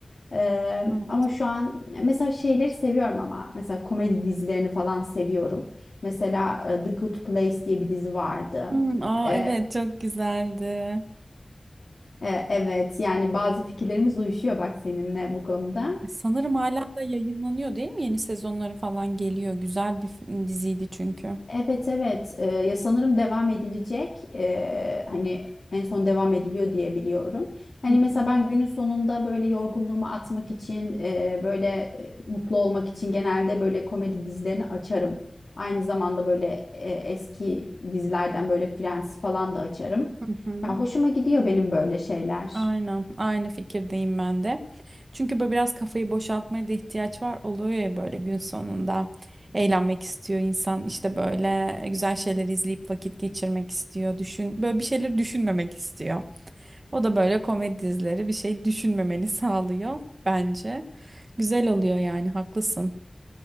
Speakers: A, on the left; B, on the right.
A: Ee,
B: Evet.
A: ama şu an mesela şeyleri seviyorum ama mesela komedi dizilerini falan seviyorum. Mesela e, The Good Place diye bir dizi vardı.
B: Hmm, aa
A: Ee,
B: evet çok güzeldi.
A: e, evet yani bazı fikirlerimiz uyuşuyor bak seninle bu konuda.
B: E, Sanırım hala da yayınlanıyor değil mi? Yeni sezonları falan geliyor. Güzel bir f- diziydi çünkü.
A: Evet evet Ee, ya sanırım devam edilecek Ee, hani en son devam ediliyor diye biliyorum. Hani
B: Hı hı.
A: mesela ben günün sonunda böyle yorgunluğumu atmak için e, böyle e, mutlu olmak için genelde böyle komedi dizilerini açarım. Aynı zamanda böyle e, eski dizilerden böyle Friends falan da açarım.
B: Hı hı.
A: Ya hoşuma gidiyor benim böyle şeyler.
B: Aynen, aynı fikirdeyim ben de. Çünkü böyle biraz kafayı boşaltmaya da ihtiyaç var. Oluyor ya böyle gün sonunda eğlenmek istiyor insan. İşte böyle güzel şeyler izleyip vakit geçirmek istiyor. Düşün, böyle bir şeyler düşünmemek istiyor. O da böyle komedi dizileri bir şey düşünmemeni sağlıyor bence. Güzel oluyor yani, haklısın.